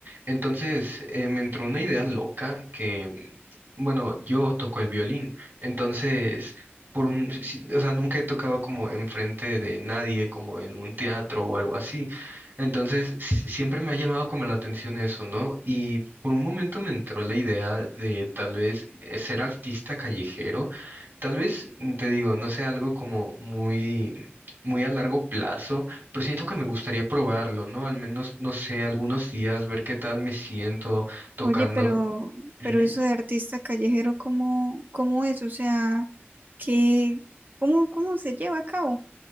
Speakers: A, on the right; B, on the right.
A: Entonces, eh, me entró una idea loca que, mm, bueno, yo toco el violín, entonces, por un, si- o sea, nunca he tocado como enfrente de nadie, como en un teatro o algo así. Entonces, si- siempre me ha llamado como la atención eso, ¿no? Y por un momento me entró la idea de tal vez eh, ser artista callejero. Tal vez, mm, te digo, no sea algo como muy muy a largo plazo, pero siento que me gustaría probarlo, ¿no? Al menos, no sé, algunos días, ver qué tal me siento tocando.
B: oye, pero,
A: Ujú.
B: pero eso de artista callejero, ¿cómo, cómo es? O sea, ¿qué, cómo, cómo se lleva a cabo?